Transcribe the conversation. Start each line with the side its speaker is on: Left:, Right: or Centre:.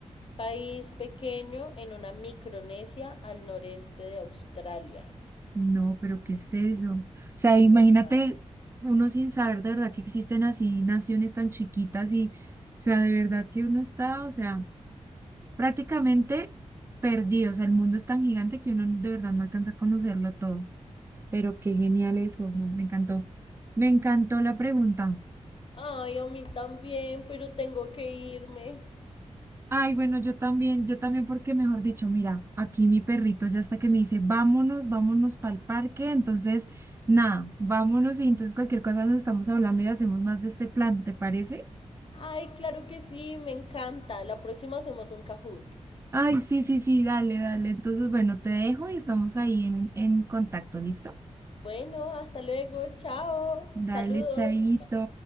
Left: país pequeño en una Micronesia al noreste de Australia.
Right: No, pero ¿qué es eso? O sea,
Left: Muy
Right: imagínate
Left: raro.
Right: uno sin saber de verdad que existen así naciones tan chiquitas y, o sea, de verdad que uno está, o sea, prácticamente perdido. O sea, el mundo es tan gigante que uno de verdad no alcanza a conocerlo todo. Pero qué genial eso, ¿no? Me encantó. Me encantó la pregunta.
Left: Ay, a mí también, pero tengo que irme.
Right: Ay, bueno, yo también, yo también, porque mejor dicho, mira, aquí mi perrito ya está que me dice, vámonos, vámonos para el parque. Entonces, nada, vámonos y entonces cualquier cosa nos estamos hablando y hacemos más de este plan, ¿te parece?
Left: Ay, claro que sí, me encanta. La próxima hacemos un Kahoot.
Right: Ay, sí, sí, sí, dale, dale. Entonces, bueno, te dejo y estamos ahí en, en contacto, ¿listo?
Left: Bueno, hasta luego, chao.
Right: Dale,
Left: Saludos.
Right: chaito.